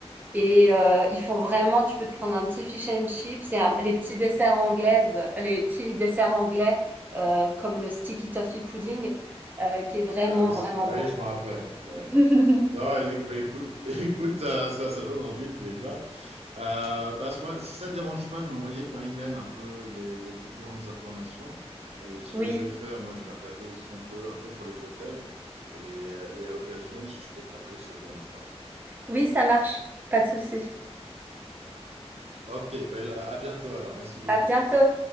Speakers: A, on the right; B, on the right.
A: et euh, ils font vraiment tu peux te prendre un petit fish and chip, c'est un- les petits desserts anglaises, les petits desserts anglais euh, comme le sticky toffee pudding euh, qui est vraiment
B: Ah oui, ça-
A: vraiment
B: ah
A: bon.
B: oui, je me rappelle. Ouais.
A: <laughs>
B: Non, et- bah, écoute, <laughs> écoute, euh, ça, ça donne envie déjà. Euh, bah, à ce moment-là, si ça ne dérange pas de m'envoyer par email un peu les, les différentes informations, et ce
A: Oui,
B: que je vais faire, moi, je vais regarder aussi un peu, un peu pour les hôtels, et, et à l'occasion, si je peux te rappeler, si ça ne dérange pas.
A: oui, ça marche, pas de souci.
B: Ok, bah, à bientôt alors. Merci beaucoup.
A: À bientôt.